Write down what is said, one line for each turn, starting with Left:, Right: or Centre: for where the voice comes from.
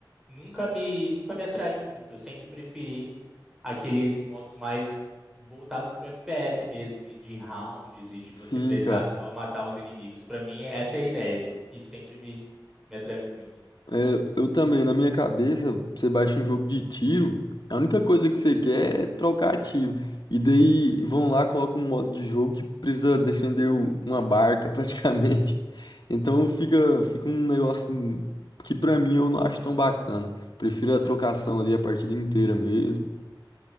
Centre: nunca me, nunca me atraiu muito. Eu sempre preferi aqueles modos mais voltados pro FPS mesmo, e de rounds, e de você
Left: Sim,
Centre: precisar
Left: cara.
Centre: só matar os inimigos. Pra mim, essa é a ideia, tipo, isso sempre me, me atraiu muito.
Left: É, eu também, na minha cabeça, você baixa um jogo de tiro, a única coisa que você quer é trocar tiro. E daí vão lá, colocam um modo de jogo que precisa defender o- uma barca <laughs> praticamente. Então fica, fica um negócio que pra mim eu não acho tão bacana. Prefiro a trocação ali a partida inteira mesmo.